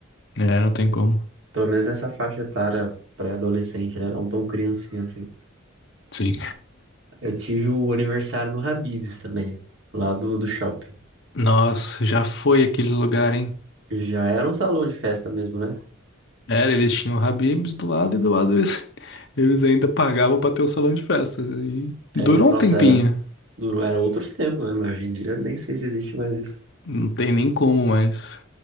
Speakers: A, on the left; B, on the right.
A: É, não tem como.
B: Pelo menos nessa faixa etária pré-adolescente, né? Não tão criancinha assim.
A: Sim.
B: Eu tive o aniversário no Habib's também, lá do, do shopping.
A: <laughs> Nossa, já foi aquele lugar, hein?
B: Já era um salão de festa mesmo, né?
A: Era, eles tinham o Habib's do lado e do lado eles, <laughs> eles ainda pagavam pra ter o salão de festas. E
B: É,
A: durou
B: nossa,
A: um tempinho.
B: era, durou, era outros tempos mesmo. Hoje em dia nem sei se existe mais isso.
A: Não tem nem como mais.